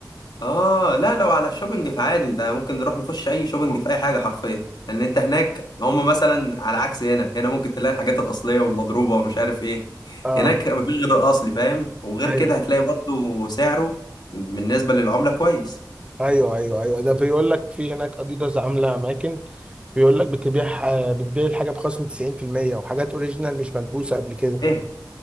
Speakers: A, on the left; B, on the right.
A: اه لا لو على الشوبينج فعادي انت ممكن نروح نخش اي شوبينج في اي حاجه حرفيا لان انت هناك هم مثلا على عكس هنا هنا ممكن تلاقي الحاجات الاصليه والمضروبه ومش عارف ايه
B: اه
A: هناك مفيش غير الاصلي فاهم وغير
B: ايوه
A: كده هتلاقي برضو سعره بالنسبه للعمله كويس
B: ايوه ايوه ايوه ده بيقول لك في هناك اديداس عامله اماكن بيقول لك بتبيع بتبيع الحاجه بخصم 90% وحاجات اوريجينال مش ملبوسه قبل كده
A: ايه